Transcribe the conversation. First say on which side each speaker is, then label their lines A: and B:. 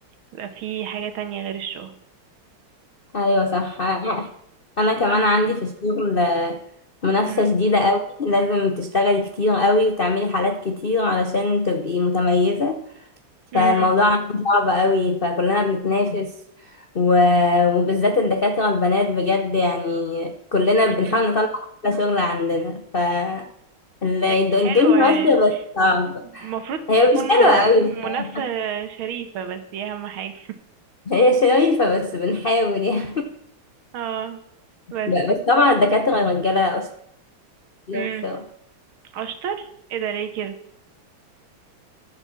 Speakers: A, on the right (about 80°); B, on the left (about 65°).
A: يبقى في حاجة تانية غير الشغل
B: ايوه صح انا كمان
A: آه
B: عندي في الشغل آه، منافسة
A: مم.
B: شديدة قوي لازم تشتغلي كتير قوي وتعملي حالات كتير علشان تبقي متميزة
A: مم.
B: فالموضوع عندي صعب قوي فكلنا بنتنافس و... وبالذات الدكاترة البنات بجد يعني كلنا
A: مم.
B: بنحاول نطلع احلى شغل عندنا ف ال-
A: ح-
B: الدنيا
A: حلوة
B: ماشية
A: يعني
B: بس صعب
A: المفروض
B: هي
A: تكون
B: مش حلوة
A: م-
B: قوي بس.
A: منافسة شريفة بس دي أهم حاجة
B: هي شريفة بس بنحاول يعني
A: اه
B: <laughs>
A: بس
B: بس طبعا الدكاترة الرجالة أشطر بصراحة
A: مم. أشطر ايه ده ليه كده